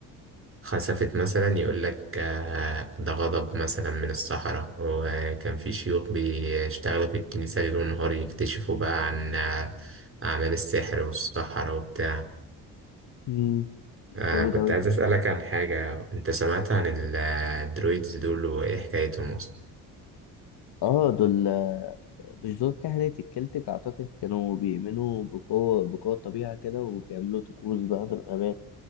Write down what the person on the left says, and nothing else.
مم،
جامد
أوي
اه دول مش دول كهنة الكلتك أعتقد كانوا بيؤمنوا بقوة بقوة الطبيعة كده وبيعملوا طقوس بقى بالغابات